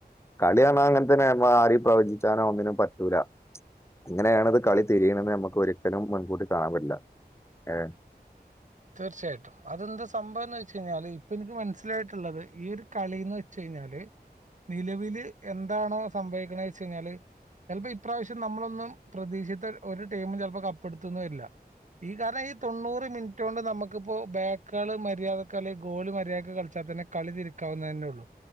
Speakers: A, on the left; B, on the right.
A: കളിയണ അങ്ങനത്തന്നെ ആര പ്രവചിച്ചാനോ ഒന്നിനും പറ്റൂല..... എങ്ങനെയണത് കളി തിരിയണെന്ന് നമുക്ക് ഒരിക്കലും മുൻകൂട്ടി കാണാൻ പറ്റില്ല ഏ.......
B: തീർച്ചയായിട്ടും അതെന്താ സംഭവം എന്ന് വെച്ച് കഴിഞ്ഞാല് ഇപ്പൊ എനിക്ക് മനസ്സിലായിട്ടുള്ളത് ഈ ഒരു കളി എന്ന് വെച്ച് കഴി ല് നിലവില് എന്താണോ സംഭവിക്കണ വെച്ച കഴിഞ്ഞാല്. ചിലപ്പോ ഇപ്രാവശ്യം നമ്മളൊന്നും പ്രതീക്ഷത്ത ഒരു ടീമും ചിലപ്പോ കപ്പടുത്തൊന്നു കാപ്പ് എത്തുന്ന വരില്ല...... ഈ കാരണം ഈ തൊണ്ണൂറ് മി മറ്റണ്ട് നമുക്കിപ്പോ ബേകകള് മര്യാദക്കെ. അല്ലെങ്കിൽ ഗോളി മര്യാദയ്ക്ക് കളിച്ചാതന്നെ കളിതിരികാവുന്നതേള്ളൂ..